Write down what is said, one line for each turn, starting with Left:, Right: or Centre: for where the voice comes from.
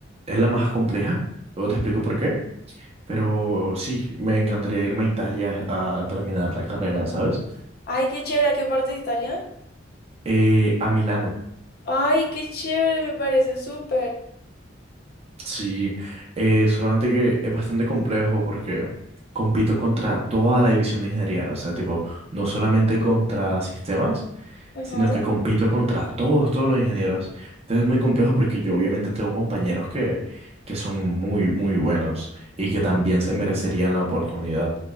Right: es la más compleja, luego te explico por qué, pero sí, me encantaría irme a Italia a terminar la carrera, ¿sabes?
Left: Ay, qué chévere, ¿a qué parte de Italia?
Right: Eh, a Milano.
Left: Ay, qué chévere, me parece súper.
Right: Sí, eh, solamente que es bastante complejo porque compito contra toda la división de ingeniería, o sea, tipo, no solamente contra sistemas,
Left: Ajá.
Right: sino que compito contra todos, todos los ingenieros. Entonces es muy complejo porque yo obviamente tengo compañeros que, que son muy, muy buenos y que también se merecerían la oportunidad.